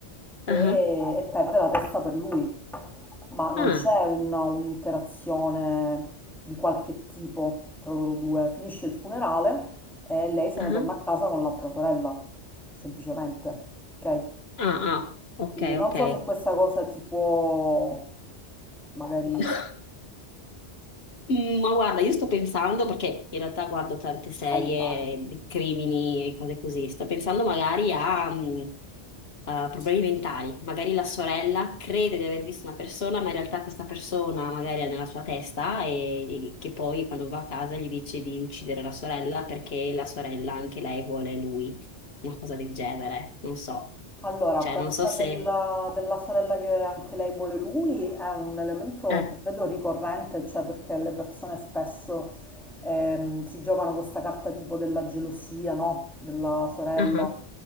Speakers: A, in the centre; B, on the left.
A: e,
B: ah,
A: e perde la testa per lui, ma non
B: ah,
A: c'è un- un'interazione di qualche tipo tra loro due. Finisce il funerale e lei se
B: ah,
A: ne torna a casa con l'altra sorella, semplicemente, ok?
B: ah, ah, ok,
A: Quindi non
B: ok.
A: so se questa cosa ti può magari
B: <laughs> Sì. Mm, Ma guarda, io sto pensando, perché in realtà guardo tante serie
A: aiutare.
B: di crimini e cose così, sto pensando magari a, mm, a problemi mentali. Magari la sorella crede di aver visto una persona, ma in realtà questa persona magari è nella sua testa e, e che poi quando va a casa gli dice di uccidere la sorella perché la sorella anche lei vuole lui, una cosa del genere, non so.
A: Allora,
B: Cioè,
A: questa
B: non so se...
A: della, della sorella che anche lei vuole lui è un elemento,
B: Eh,
A: vedo, ricorrente, cioè perché le persone spesso ehm, si giocano questa carta tipo della gelosia, no? Della sorella,
B: ah,